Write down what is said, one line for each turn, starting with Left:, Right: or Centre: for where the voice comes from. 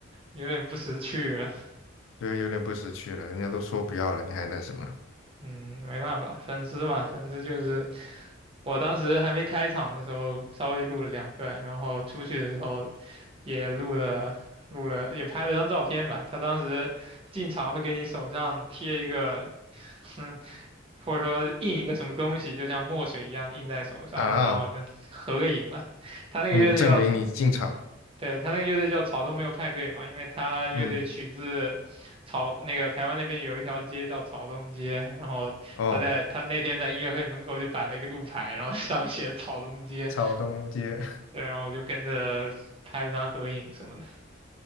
Right: 有点不识趣了。
Left: <laughs> 就是有点不识趣了。人家都说不要了，你还那什么
Right: 嗯，没办法，粉丝嘛，粉丝就是我当时还没开场的时候，稍微录了两段，然后出去的时候也录了录了，也拍了张照片吧。他当时进场会给你手上贴一个，嗯，或者说印一个什么东西，就像墨水一样印在手上，
Left: 啊？
Right: 然后就合个影吧。他那个乐队叫草
Left: 嗯，证明你进场。
Right: 对，他那个乐队叫草东没有派对嘛，因为他乐队取自草那个台湾那边有一条街叫草东街，
Left: 嗯，
Right: 然后他在他那天在音乐会门口就摆了一个路牌，
Left: 哦，
Right: 然后 <laughs> 上面写草东街，
Left: 草东街 <laughs>
Right: 对，然后我就跟着拍了张合影什么的。